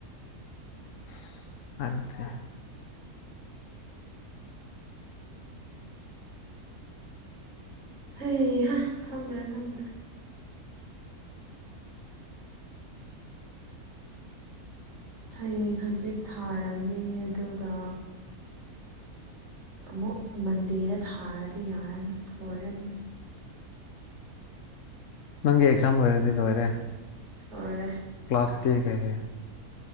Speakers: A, on the left (about 60°); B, on the right (about 45°).
A: ꯁꯁ ꯍꯥꯏꯔꯛꯇ꯭ꯔꯤ
B: ꯍꯩ ꯍꯥ ꯈꯪꯗ꯭ꯔꯦ ꯈꯪꯗ꯭ꯔꯦ ꯍꯌꯦꯡ ꯍꯪꯆꯤꯠ ꯊꯥꯔꯅꯤ ꯑꯗꯨꯒ ꯑꯃꯨꯛ ꯃꯟꯗꯦꯗ ꯊꯥꯔꯗꯤ ꯌꯥꯔꯅꯤ ꯂꯣꯏꯔꯅꯤ ꯑꯟꯑꯣꯗꯤꯕꯜ
A: ꯅꯪꯒꯤ ꯑꯦꯛꯖꯥꯝ ꯂꯣꯏꯔꯗꯤ ꯂꯣꯏꯔꯦ
B: ꯂꯣꯏꯔꯦ
A: ꯀ꯭ꯂꯥꯁꯇꯤ ꯀꯩ ꯀꯩ